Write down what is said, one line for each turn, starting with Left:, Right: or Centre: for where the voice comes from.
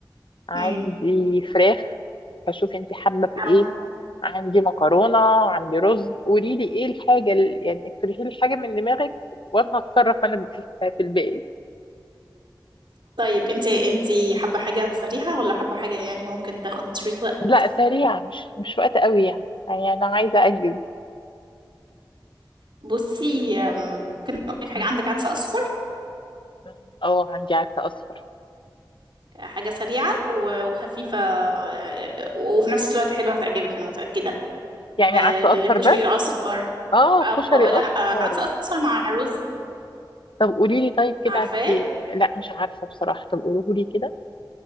Left: عندي
Right: امم
Left: فراخ فشوفي انتي حابة بايه
Right: او
Left: عندي مكرونة عندي رز قولي لي ايه الحاجة ال- يعني اقترحي لي حاجة من دماغك وانا هتصرف انا في الباقي
Right: طيب انتي انتي حابة حاجة سريعة ولا حابة حاجة يعني ممكن تاخد شوية وقت
Left: لا سريعة مش مش وقت قوي يعني يعني أنا عايزة أنجز
Right: بصي آم، ممكن اقول لك حاجة
Left: م-
Right: عندك عدس اصفر
Left: م- اه عندي عدس أصفر
Right: حاجة سريعة و- وخفيفة آه، وفي نفس الوقت حلوة هتعجبك انا متأكدة
Left: يعني
Right: آه،
Left: عدس
Right: الكشري
Left: أصفر بس
Right: الاصفر
Left: اه
Right: او
Left: كشري
Right: لا
Left: أصفر
Right: آه، عدس اصفر مع الرز
Left: طب قولي لي طيب كده
Right: عارفاه
Left: عت- إيه؟ لا مش عارفة بصراحة طب قولوه لي كده